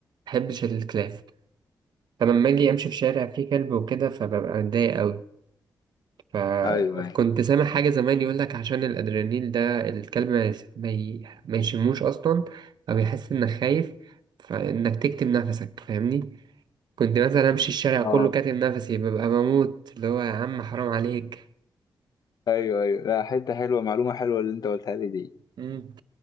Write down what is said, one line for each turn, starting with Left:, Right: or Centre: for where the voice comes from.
Right: محبش الكلاب فلما اجي امشي في شارع فيه كلب وكده فببقى متضايق أوي فكنت
Left: أيوه
Right: سامع حاجة زمان يقولك عشان الأدرينالين ده الكلب ما يس- ما ي- ما يشموش أصلا أو يحس إنك خايف فإنك تكتم نفسك فاهمني كنت مثلا أمشي الشارع
Left: أيوه
Right: كله كاتم نفسي ببقى بموت اللي هو يا عم حرام عليك
Left: ايوه ايوه لا حته حلوه معلومه حلوه اللي انت قلتها لي دي
Right: مم.